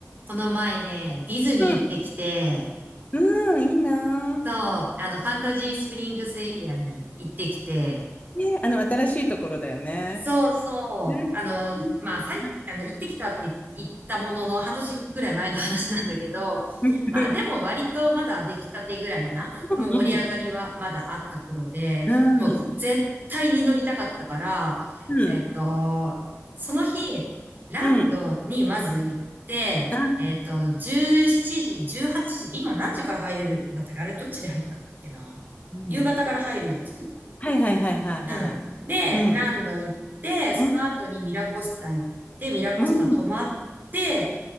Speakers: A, on the right (about 40°); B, on the left (about 30°).
A: この前ね、ディズニー行ってきて、
B: うん。うん、いいな
A: そう、あの、ファンタジースプリングスエリアに行ってきて、
B: ぁ。ね、あの、新しいところだよね。
A: そうそう。
B: うん。
A: あの、
B: いいなう
A: まあ、最、あの、行ってきたって言ったものの、半年ぐらい前の話なんだけど、
B: ん
A: まあ、でも割とまだ出来たてぐらいな、
B: <laughs>
A: もう盛り上がりはまだあった頃で、
B: うんうん。
A: もう絶対に乗りたかったから、
B: うん。
A: えっと、
B: うん。
A: その日、ランドにまず行って、
B: うん。あ、
A: えっと、17時、18時、今何時から入れるんだったっけあれどっちで入ったんだっけな夕方から入るやつ
B: うん。はいはいはいはいはい。
A: うん。で、
B: うん。
A: ランド行って、その後にミラコスタ行って、
B: うん。
A: ミラコスタ泊まって、
B: うん。